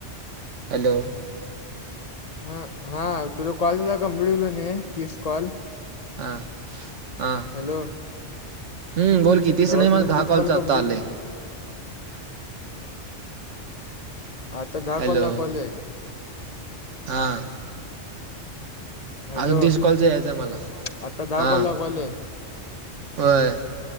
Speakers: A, on the right (about 80°); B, on the left (about 35°).
A: हॅलो
B: हा हा तुझ कॉलला कमप्लीट होल नाही तीस कॉल
A: हा हा
B: हॅलो
A: हम् बोल कि तीच
B: जवळ
A: नाही
B: तुझे
A: माझ दहा
B: तीस कॉल
A: कॉलच
B: कम्प्लीट
A: आता आले
B: आता दाखव
A: हॅलो
B: द कवाले
A: हां
B: हॅलो
A: अजून दिश कॉलच यायचं आहे मला
B: आता दहा
A: हा
B: कॉल दाखवाले
A: होय